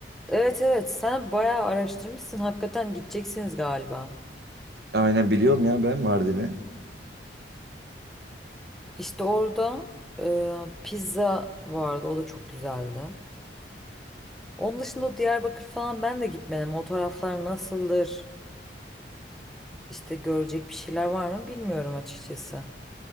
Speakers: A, in the centre; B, on the right.
A: Evet evet sen bayağı araştırmışsın. Hakikaten gideceksiniz galiba.
B: Aynen biliyorum ya ben Mardin'i.
A: İşte orada e, pizza vardı. O da çok güzeldi. Onun dışında o Diyarbakır falan ben de gitmedim. O taraflar nasıldır? İşte görecek bir şeyler var mı bilmiyorum açıkçası.